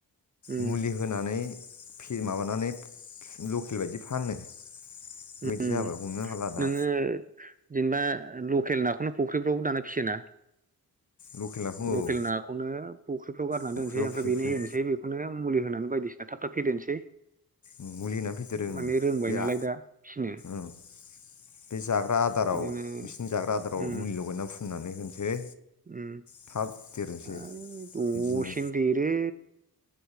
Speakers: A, on the right; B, on the left.
A: उम
B: मुलि होनानै फे माबानानै लकेल बायदि फानो। <unintelligible>
A: उम
B: दा
A: नोङो जेनेबा लकेल नाखौनो फुख्रिफ्रावबो दाना फियोना
B: लकेल नाखौ
A: लकेल
B: औ
A: नाखौनो फुख्रिफ्राव गारनानै
B: फख्रियाव
A: दोनसै ओमफ्राय
B: फिसिफिनो
A: बेनो एरनोसोय बे <unintelligible> मुलि होनानै बायदिसिना थाब थाब फेदेरनोसै
B: ओम मुलि होना फेदेरो ओम
A: माने रोंबाय
B: बेया
A: नालाय दा फिसिनो
B: ओम। बे जाग्रा आदाराव
A: बिदिनो
B: बिसिनि जाग्रा आदाराव
A: उम
B: मुलि लगायनानै फुननानै होनोसै।
A: उम
B: थाब देरनोसै
A: आ द'सेेन
B: बिदिनो
A: देरो।